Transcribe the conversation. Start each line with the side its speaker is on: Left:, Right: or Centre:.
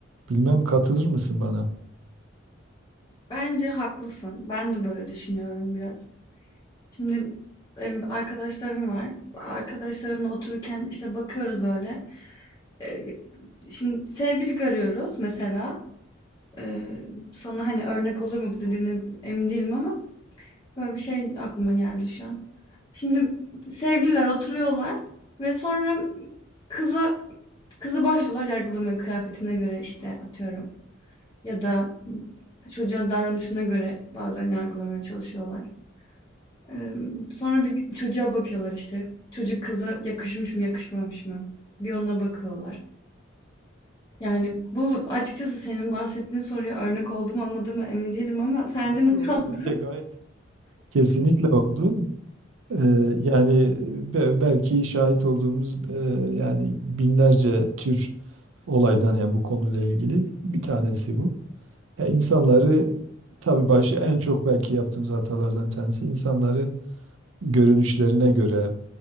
Right: Bilmem katılır mısın bana?
Left: Bence haklısın. Ben de böyle düşünüyorum biraz. Şimdi benim arkadaşlarım var. Arkadaşlarımla otururken işte bakıyoruz böyle. Ee, Şimdi sevgili görüyoruz mesela. Ee, sana hani örnek olur mu bu dediğine emin değilim ama böyle bir şey aklıma geldi şu an. Şimdi sevgililer oturuyorlar ve sonra kıza kızı başlıyorlar yargılamaya kıyafetine göre işte atıyorum. Ya da, çocuğa davranışına göre bazen yargılamaya çalışıyorlar. Emm, sonra bir çocuğa bakıyorlar işte. Çocuk kıza yakışmış mı, yakışmamış mı? Bir ona bakıyorlar. Yani bu açıkçası senin bahsettiğin soruya örnek oldu mu olmadı mı emin değilim ama sence
Right: Oldu
Left: nasıl
Right: oldu.
Left: oldu?
Right: Bence gayet
Left: <laughs>
Right: Kesinlikle oldu. E, yani be- belki şahit olduğumuz e, yani binlerce tür olaydan ya bu konuyla ilgili bir tanesi bu. Ya insanları tabii başı en çok belki yaptığımız hatalardan tanesi insanları görünüşlerine göre